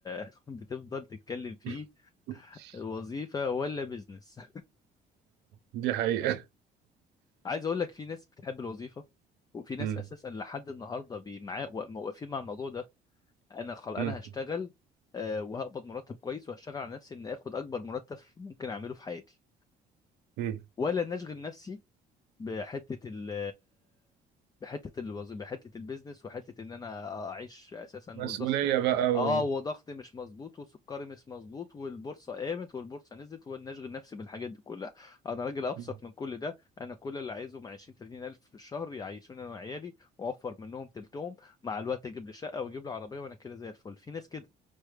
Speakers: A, on the left; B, on the right.
A: <laughs> بتفضل تتكلم فيه
B: <laughs>
A: الوظيفة ولا بيزنس
B: دي حقيقه
A: <laughs> عايز اقول لك في ناس بتحب الوظيفة وفي ناس
B: مم.
A: اساسا لحد النهارده بي- معاه و- واقفين مع الموضوع ده انا خل... انا
B: مم.
A: هشتغل آه وهقبض مرتب كويس وهشتغل على نفسي ان اخد اكبر مرتب ممكن اعمله في حياتي
B: مم.
A: ولا ان اشغل نفسي بحته ال بحته الوظيفه بحته البيزنس وحته ان انا اعيش اساسا
B: مسؤوليه
A: وضغط
B: بقى و
A: اه وضغطي مش مظبوط وسكري مش مظبوط والبورصه قامت والبورصه نزلت وانا اشغل نفسي بالحاجات دي كلها انا راجل ابسط
B: مم.
A: من كل ده انا كل اللي عايزه مع 20 30 الف في الشهر يعيشوني انا وعيالي واوفر منهم تلتهم مع الوقت اجيب لي شقه واجيب لي عربيه وانا كده زي الفل في ناس كده